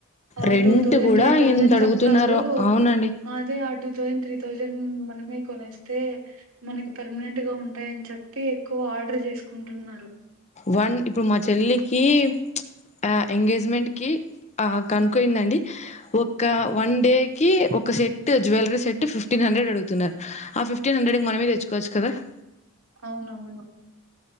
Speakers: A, on the right; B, on the left.
A: ఆ
B: రెంట్
A: టూ థౌసండ్,
B: కూడా
A: త్రీ. థౌసంద్
B: ఎంత అడుగుతున్నారో
A: చెప్తారు.
B: అవునండి
A: అదే ఆ టూ థౌసండ్, త్రీ థౌసండ్ మనమే. కొనేస్తే మనకి పర్మునెంట్ గా ఉంటాయని చెప్పి ఎక్కువ ఆర్డర్ జేసుకుంటున్నారు.
B: వన్ ఇప్పుడు మా చెల్లికి, ప్చ్ ఆ ఎంగేజ్మెంట్ కి. ఆ కనుక్కొయిందండి. ఒక్క వన్ డేకీ ఒక set jewellery set fifteen. Hundred అడుగుతున్నారు ఆ ఫిఫ్టీన్ హండ్రెడ్ మనమే తెచ్చుకోవచ్చు కదా. !
A: అవునవును.